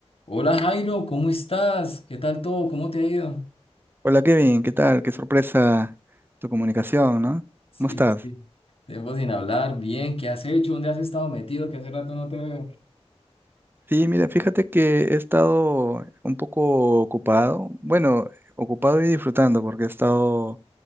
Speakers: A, on the left (about 60°); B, on the right (about 20°).
A: Hola Jairo, ¿cómo estás? ¿Qué tal todo? ¿Cómo te ha ido?
B: Hola Kevin, ¿qué tal? Qué sorpresa tu comunicación, ¿no?
A: Sí,
B: ¿Cómo estás?
A: sí. Tiempo sin hablar, bien, ¿qué has hecho? ¿Dónde has estado metido? Que hace rato no te veo.
B: Sí, mira, fíjate que he estado un poco ocupado, bueno, ocupado y disfrutando porque he estado